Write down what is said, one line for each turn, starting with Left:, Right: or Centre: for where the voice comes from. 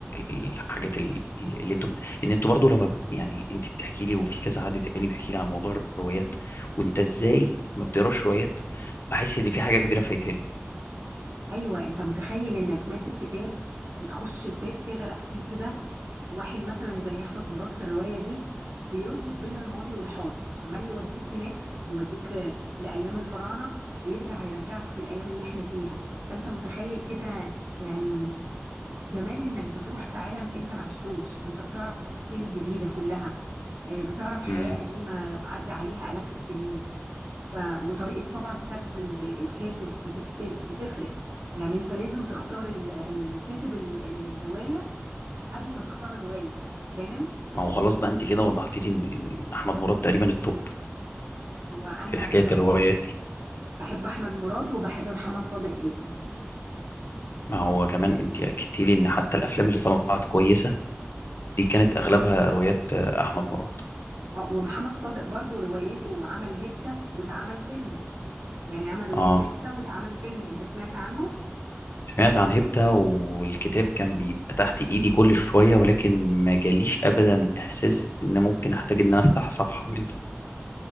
Left: الحاجات ال- ال- اللي انتوا بت... لان انتوا برضو لما بت- يعني انت بتحكي لي وفي كذا حد تاني بيحكي لي عن موضوع الروايات وانت ازاي ما بتقراش روايات بحس ان في حاجه كبيره فايتاني
Right: ايوه انت متخيل انك ماسك كتاب بتخش ت- تغرق فيه كده واحد مثلا زي احمد مراد في الروايه دي بيربط بين الماضي والحاضر عمال يوديك هناك يوديك آه، لايام الفراعنه ويرجع يرجعك في الايام اللي احنا فيها فانت متخيل كده يعني جمال انك بتروح في عالم انت ما عشتوش انت بتعرف تفاصيل جديدة كلها آه، بتعرف حياة
Left: امم
Right: قديمة عدى عليها آلاف السنين ف... وطريقة طبعا سرد ال- الكاتب بتفتر... بتفرق يعني انت لازم تختار ال... الكاتب ال... الرواية قبل ما تختار الرواية فاهم
Left: ما هو خلاص بقى انت كده وضحت لي ان إن- إن احمد مراد تقريبا التوب
Right: هو انا
Left: في حكايه
Right: بصراحة
Left: الروايات دي
Right: بحب احمد مراد وبحب محمد صادق جدا
Left: ما هو كمان انت اكدتي لي ان حتى الافلام اللي طلعت كويسه دي كانت اغلبها روايات آه، احمد مراد
Right: اه ومحمد صادق برضو رواياته عمل هيبتا واتعمل فيلم يعني عمل رواية
Left: اه
Right: هيبتا واتعمل فيلم انت سمعت عنه
Left: سمعت عن هيبتا والكتاب كان بيبقى تحت ايدي كل شوية ولكن ما جاليش ابدا احساس ان ممكن احتاج ان انا افتح صفحة منه